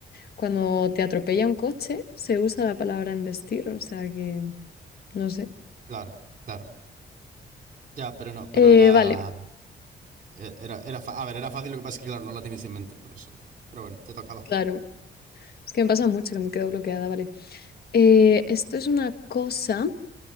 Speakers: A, on the left; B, on the right.
A: cuando te atropella un coche, se usa la palabra embestir, o sea que, no sé.
B: claro, claro. Ya, pero no, pero
A: Eh,
B: era.
A: vale.
B: Eh, Era, era fa- a ver, era fácil, lo que pasa es que, claro, no la tenías en mente, por eso. Pero bueno, te tocaba.
A: Claro, es que me pasa mucho que me quedo bloqueada, vale. Eh, esto es una cosa